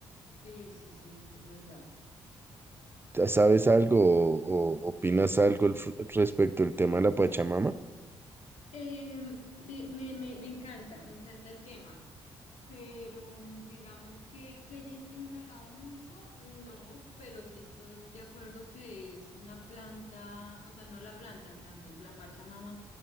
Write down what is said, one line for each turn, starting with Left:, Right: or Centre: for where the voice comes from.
Left: Sí, sí, sí, eso es verdad.
Right: ¿Sabes algo o, o opinas algo al fr- respecto al tema de la Pachamama?
Left: Eh, me, me- me- me encanta, me encanta el tema, pero mm, digamos que, que haya in- indagado mucho, no, pero sí estoy de acuerdo que es una planta, o sea, no la planta, o sea, me- la Pachamama